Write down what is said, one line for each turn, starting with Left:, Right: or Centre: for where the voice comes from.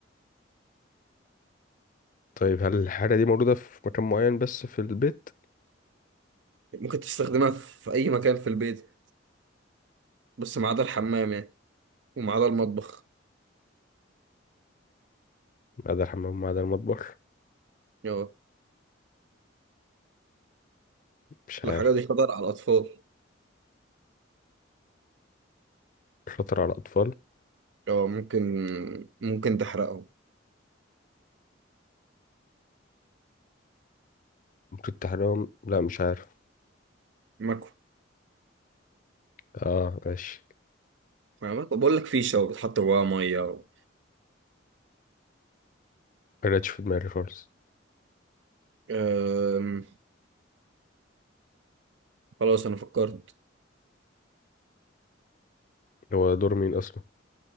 Left: <laughs> طيب هل الحاجة دي موجودة في مكان معين بس في البيت
Right: ممكن تستخدمها في أي مكان في البيت بس ما عدا الحمام يعني وما عدا المطبخ
Left: ما عدا الحمام ما عدا المطبخ
Right: اه
Left: مش عارف
Right: الحاجة دي خطر على الأطفال
Left: شاطر على الأطفال
Right: اه ممكن ممكن تحرقهم
Left: ممكن تحرمهم لا مش عارف
Right: ماكو
Left: اه ماشي
Right: ماكو بقول لك فيشة وبتحط جواها مية و...
Left: ما جاتش في دماغي خالص
Right: أم... خلاص أنا فكرت
Left: هو دور مين أصلا